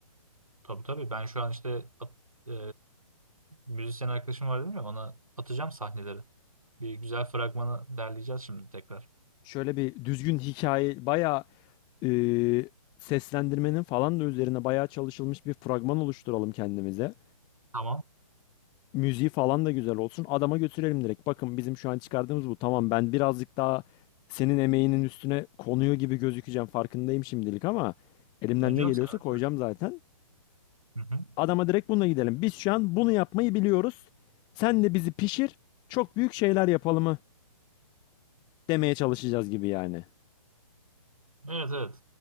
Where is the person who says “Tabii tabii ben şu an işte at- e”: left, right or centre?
Right